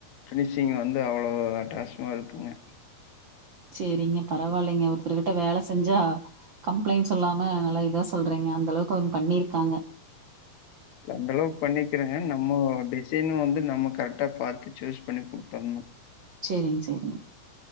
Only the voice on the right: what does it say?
செரிங்க பரவாயில்லைங்க ஒருத்தர்கிட்ட வேல செஞ்சா கம்ப்ளைண்ட் சொல்லாம நல்லா இதா சொல்றீங்க அந்த அளவுக்கு அவங்க பண்ணிருக்காங்க
செர்ரிங்க செர்ரிங்க